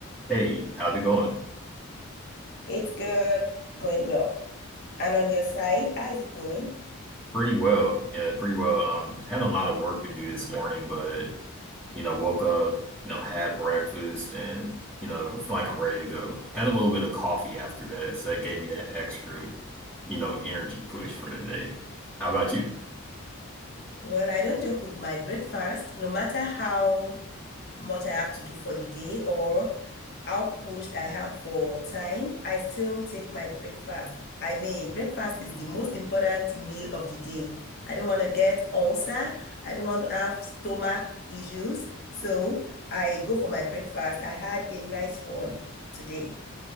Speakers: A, in the centre; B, on the left.
A: Hey, how's it going?
B: It's good, going well. And on your side, how is it going?
A: Pretty well. Yeah, pretty well. Um, had a lot of work to do this morning, but you know, woke up, you know, had breakfast and you know, feel like I'm ready to go. Had a little bit of coffee after that, so that gave me that extra, you know, energy push for the day. How about you?
B: Well, I don't joke with my breakfast, no matter how much I have to do for the day or how pushed I am for time, I still take my breakfast. I mean, breakfast is the most important meal of the day. I don't want to get ulcer. I don't want to have stomach issues. So I go for my breakfast. I had a nice one today.